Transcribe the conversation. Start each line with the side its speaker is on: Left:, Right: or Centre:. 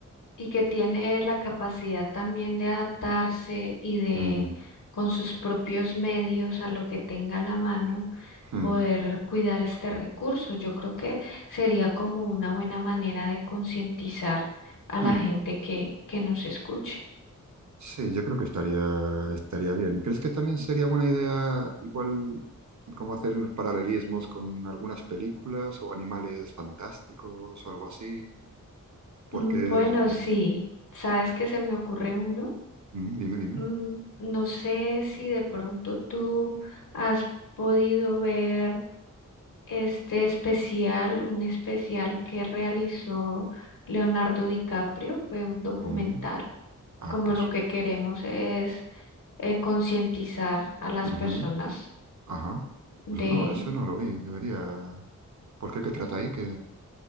Left: y que tiene la capacidad también de adaptarse y de,
Right: Mm,
Left: con sus propios medios, a lo que tenga a la mano,
Right: mm,
Left: poder cuidar este recurso. Yo creo que sería como una buena manera de concientizar a la
Right: mm.
Left: gente que, que nos escuche.
Right: Sí, yo creo que estaría, estaría bien. ¿Y crees que también sería buena idea, igual, cómo hacer paralelismos con algunas películas o animales fantásticos o algo así? Porque,
Left: Mm,
Right: no
Left: Bueno, sí, ¿sabes
Right: sé.
Left: qué se me ocurre uno?
Right: Mm, dime, dime.
Left: Mm, No sé si de pronto tú has podido ver este especial, un especial que realizó Leonardo DiCaprio, fue un documental,
Right: Mm. Ah,
Left: como
Right: pues,
Left: lo que queremos es eh, concientizar a las
Right: ujú,
Left: personas
Right: Ajá. Pues
Left: de...
Right: no, ese no lo vi. Debería. ¿Por qué? ¿Qué trata ahí? Que